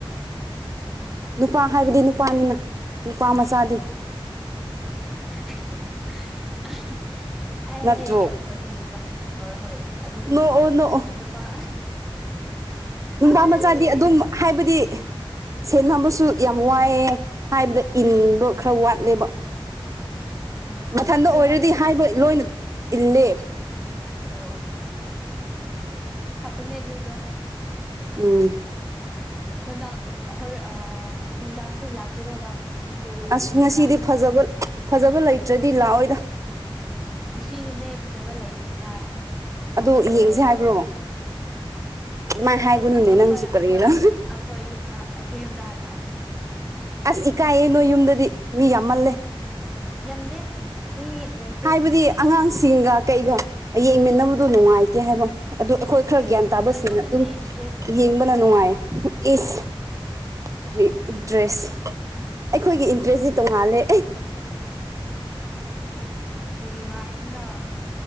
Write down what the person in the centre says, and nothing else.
ꯎꯝ
<unintelligible> ꯑꯩ
ꯌꯥꯝ ꯅꯣꯛꯅꯤꯡꯉꯦꯕꯥ ꯍꯣꯏ ꯍꯣꯏ ꯑꯗꯨꯅꯦ
ꯅꯨꯄꯥ
ꯑꯩ
ꯑꯣ
ꯅꯨꯡꯗꯥꯡꯗꯁꯨ
ꯑꯣ ꯐꯥꯕꯅꯦ ꯑꯗꯨꯗꯣ
ꯅꯨꯡꯗꯥꯡ ꯍꯣꯔꯦꯟ ꯑꯥ ꯅꯨꯡꯗꯥꯡꯁꯨ ꯂꯥꯛꯀꯦꯔꯣ ꯅꯪ ꯏꯆꯦ
ꯌꯨꯝꯗ
ꯉꯁꯤꯅꯤꯅꯦ ꯐꯥꯖꯕ ꯂꯩꯅꯤꯉꯥꯏ
ꯄꯣꯇꯨꯒꯜ
ꯑꯩ
ꯑꯈꯣꯏ
ꯑꯈꯣꯏ ꯑꯩꯈꯣꯏ ꯌꯨꯝꯗ ꯑꯩꯈꯣꯏ ꯌꯨꯝꯗ ꯍꯥꯟꯂꯥꯛꯎꯅꯦ
ꯌꯥꯝꯗꯦ ꯃꯤ ꯂꯩ
ꯀꯔꯤꯒꯤ
ꯑꯗꯨꯅꯅꯦ
ꯏꯟꯇꯔꯦꯁ ꯑꯣꯏꯕ
ꯅꯨꯡꯉꯥꯏꯗꯅ